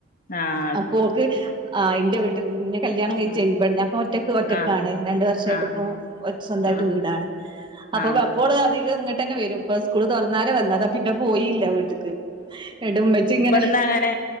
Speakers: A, on the left; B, on the right.
A: ആ
B: അപ്പോ ഓക്ക് ആഇ ന്റെ വീട്ടി നിന്ന് ന്നെ കല്യാണം കഴിച്ചുമ്പ
A: ഉം
B: അപ്പൊ ഒറ്റക്ക് ഒറ്റയ്ക്കാണേ
A: ആഹ്
B: രണ്ട് വർഷയിട്ട്
A: ആഹ്
B: ഇത്പ്പൊ ഓല് ക്ക്സൊന്തായിട്ട്
A: ആഹ്
B: വീടാണ് അപ്പ
A: ആഹ്
B: അപ്പോഓള് അതികംഇങ്ങട് തന്നെ വരും ഇപ്പൊ സ്കൂള് തുപെട്ടെന്നെ രെ വറൂം പിന്നെ പോയില്ല വീട്ടിക്ക് ഉമ്മച്ചി ഇങ്ങനെ
A: ന്ന അങ്ങനെ